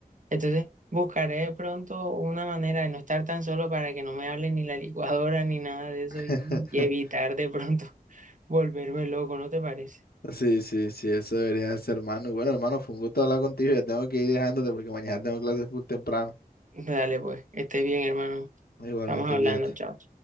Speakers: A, on the right; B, on the left.
A: entonces buscaré de pronto una manera de no estar tan solo para que no me hable ni la licuadora ni nada de eso
B: <laughs>
A: y, y evitar de pronto <laughs> volverme loco, ¿no te parece?
B: Sí, sí, sí, eso debería ser, hermano. Y bueno, hermano, fue un gusto hablar contigo. Ya tengo que ir dejándote porque mañana tengo clases full temprano.
A: Dale pues, estés bien, hermano.
B: Igualmente,
A: Estamos hablando,
B: cuídate.
A: chao.